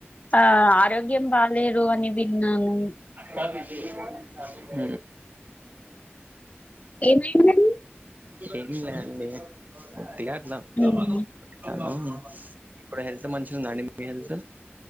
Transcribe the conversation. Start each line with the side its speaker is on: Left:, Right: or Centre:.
Left: ఆ ఆరోగ్యం బాలేదు అని విన్నాను
Right: ఉమ్
Left: ఏమైందండి?
Right: తెన్లే అండి కొద్దిగా హలో
Left: ఉమ్
Right: హలో ఇప్పుడు హెల్త్ మంచిగా ఉందా అండి మీ హెల్త్